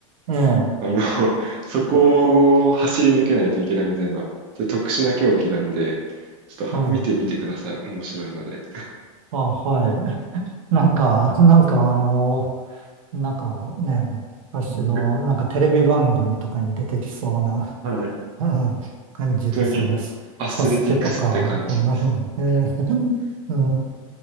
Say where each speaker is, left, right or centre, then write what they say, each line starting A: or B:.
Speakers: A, on the right; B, on the right.
A: ええ、
B: あの、<laughs> そこを走り抜けないといけないみたいな、ちょっと特殊な競技なんで、ちょっとは見てみてください。
A: はい。
B: 面白いので。
A: あ、はい。<laughs> なんか、なんかあの、なんかね、私のなんかテレビ番組とかに出てきそうな、
B: <laughs> うんはい。
A: うん感じですよね。
B: 本当にアスレティックスって感じです。
A: ササスケとか、そんな感じ。ええ、<laughs> うん。うん